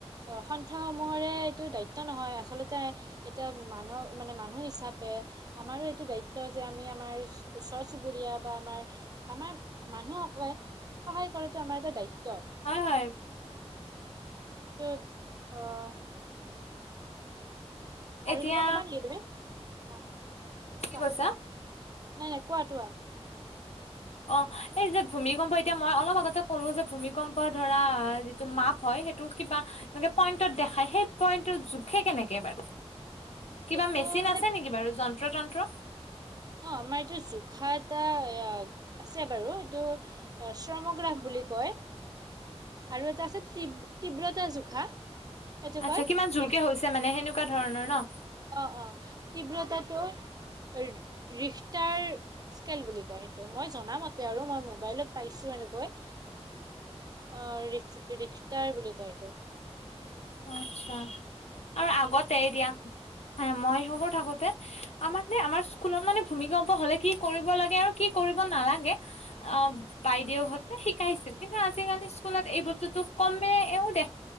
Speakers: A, on the right; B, on the left.
A: অ সন্থাসমূহৰে এইটো দায়িত্ব নহয় আচলতে এতিয়া মানুহ মানে মানুহ হিচাপে আমাৰো এইটো দায়িত্ব যে আমি আমাৰ ওচৰ চুবুৰীয়া বা আমাৰ আমাৰ মানুহসকলে সহায় কৰাটো আমাৰ এটা দায়িত্ব।
B: হয় হয়।
A: ত' অহ
B: এতিয়া
A: আৰু কিবা ক'বা নেকি তুমি? অহ কোৱা,
B: কি কৈছা
A: নাই নাই কোৱা তোৱা।
B: অ এই যে ভূমিকম্প এতিয়া মই অলপ আগতে ক'লো যে ভূমিকম্প ধৰা যিটো মাপ হয় সেইটো কিবা এনেকে পইন্টত দেখাই, সেই পইণ্টটো জোখে কেনেকে বাৰু? কিবা
A: এইটো
B: মেচিন
A: মানে
B: আছে নেকি বাৰু যন্ত্ৰ তন্ত্ৰ?
A: অ আমাৰ এইটো জোখাৰ এটা আছে বাৰু এইটো আ শ্ৰমগ্ৰাফ বুলি কয়। আৰু এটা আছে তীব তীব্ৰতা জোখা। সেইটো
B: আচ্ছা
A: কয়
B: কিমান জোৰকে
A: ৰিখ
B: হৈছে, মানে সেনেকুৱা ধৰণৰ ন?
A: অ', অ, তীব্ৰতাটো <unintelligible> ৰিখটাৰ স্কেল বুলি কয় সেইটো, মই জনামতে আৰু মই মোব বাইলত পাইছোঁ এনেকৈ, অ, ৰিফ ৰিখটাৰ বুলি কয় এইটো।
B: অ', আচ্ছা আৰু আগতে দিয়া <unintelligible> মই সৰু থাকোতে আমাক নে, আমাৰ স্কুলত মানে ভূমিকম্প হ'লে কি কৰিব লাগে আৰু কি কৰিব নালাগে অ', বাইদেউহঁত <unintelligible> শিকাইছিল কিন্তু আজিকালি, স্কুলত এই বস্তুতটো কমেওঁ দে